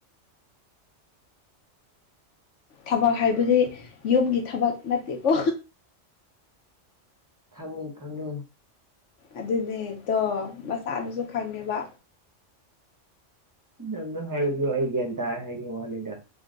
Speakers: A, on the left; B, on the right.
A: ꯊꯕꯛ ꯍꯥꯏꯕꯗꯤ ꯌꯨꯝꯒꯤ ꯊꯕꯛ ꯅꯠꯇꯦꯀꯣ
B: ꯈꯪꯉꯤ ꯈꯪꯉꯦ
A: ꯑꯗꯨꯅꯦꯗꯣ ꯃꯁꯥꯅꯁꯨ ꯈꯪꯉꯦꯕ
B: ꯅꯪꯅ ꯍꯥꯏꯕꯤꯌꯣ ꯑꯩꯒ꯭ꯌꯥꯟ ꯇ ꯍꯥꯏꯒꯦ ꯋꯥꯅꯤꯗ